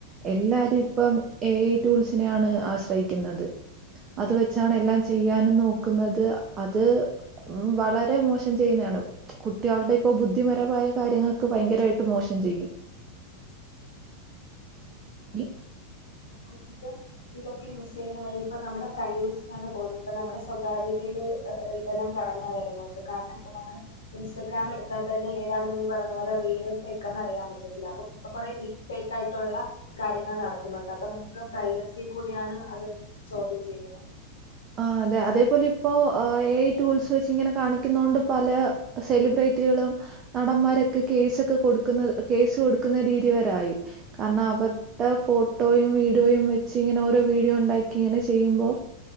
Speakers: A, on the right; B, on the left.
A: എല്ലാവരും ഇപ്പം എ ഐ ടൂൾസിനെയാണ് ആശ്രയിക്കുന്നത് അത് വെച്ചാണ് എല്ലാം ചെയ്യാനും നോക്കുന്നത് അത് വളരെ മോശ ചെയ്യുന്നാണ് കുട്ടികൾടെപ്പൊ ബുദ്ധിപരമായ കാര്യങ്ങൾക്ക് ഭയങ്കരായിട്ട് മോശം ചെയ്യും <unintelligible>
B: എന്ത <inaudible> ഇതൊക്കെ യൂസ് ചെയ്യുന്ന വഴി ഇപ്പ നമ്മുടെ പ്രൈവസിയാണ് പോകുന്നത് ഇപ്പ നമ്മുടെ സ്വകാര്യതയില് ഏഹ് ഇതെല്ലാം കടന്നു കയറുന്നുണ്ട് കാരണം ഇപ്പം നമ്മള് ഇൻസ്റ്റഗ്രാം എടുത്താൽ തന്നെ ഏതാണ് നീ പറഞ്ഞ പോലെ റിയൽ ഫേക്കാന്ന് അറിയാൻ പറ്റത്തില്ല അപ്പൊ ഇപ്പൊ കൊറെ ടി ഫേക്ക് ആയിട്ട് ട്ടുള്ള കാര്യങ്ങൾ നടക്കുന്നുണ്ട് അപ്പൊ നമുക്ക് പ്രൈവസി കൂടിയാണ് അത് ചോദ്യം ചെയ്യുന്നത്
A: ആഹ് അതെ അതേപോലെ ഇപ്പോ ഏ ഐ ടൂൾസ് വെച്ച്ങ്ങനെ കാണിക്കുന്നോണ്ട് പല സെലിബ്രേറ്റികളും നടന്മാരൊക്കെ കേസൊക്കെ കൊടുക്കുന്ന കേസ് കൊടുക്കുന്ന രീതിവരെ ആയി കാരണം അവരുടെ ഫോട്ടോയും വീഡിയോയും വെച്ച് ഇങ്ങനെ ഓരോ വീഡിയോണ്ടാക്കിങ്ങനെ ചെയ്യുമ്പോ